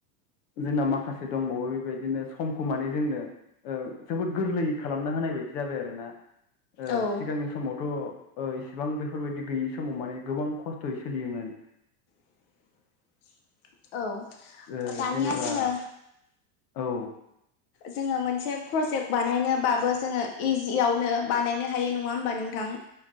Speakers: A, on the left (about 80°); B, on the left (about 30°).
A: जोंना माखासे दंबावो बेबायदिनो समखौ माने जोंनो ओ जोबोद गोरलै खालामना होनाय बायदि जाबाय आरो ना ओ
B: औ
A: सिगांनि समाव थ' ओ इसिबां बेफोरबायदि गैयि समाव माने गोबां खस्थ'यै सोलियोमोन
B: <inaudible> औ
A: ओ
B: दानिया
A: जेनेबा
B: जोङो
A: औ
B: जोङो मोनसे प्रजेक्ट बानायनोबाबो जोङो इजियावनो बानायनो हायो नङा होमबा नोंथां।